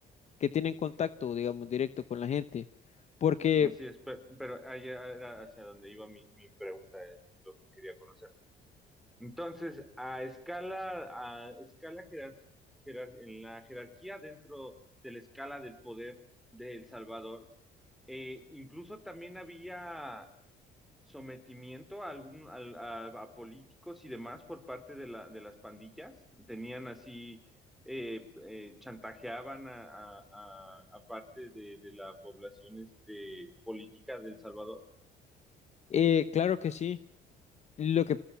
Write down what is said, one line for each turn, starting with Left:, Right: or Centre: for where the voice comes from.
Left: que tienen contacto, digamos, directo con la gente? Porque,
Centre: Así es, pe- pero, allá era hacia donde iba mi, mi pregunta, es lo que quería conocer. Entonces, a escala, a escala jerar- jerar- en la jerarquía dentro de la escala del poder de El Salvador, eh, incluso también había sometimiento a, algún, al- a, a políticos y demás por parte de, la, de las pandillas. Tenían así, eh, eh, chantajeaban a, a- a- a parte de, de la población este, política de El Salvador.
Left: eh, claro que sí, lo que